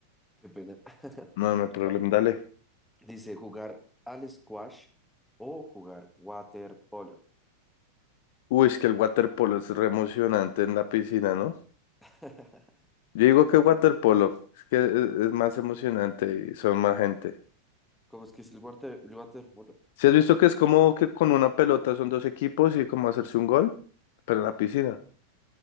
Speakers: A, in the centre; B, on the left (about 50°).
A: Qué pena. <laughs>
B: No, no hay problema,
A: A
B: dale.
A: Dice jugar al squash o jugar waterpolo.
B: Uy, es que el waterpolo es re emocionante en la piscina, ¿no?
A: <laughs>
B: Yo digo que waterpolo, es que es es más emocionante y son más gente.
A: ¿Cómo es que es el water, el waterpolo?
B: ¿Si has visto que es como que con una pelota son dos equipos y como hacerse un gol? Pero en la piscina,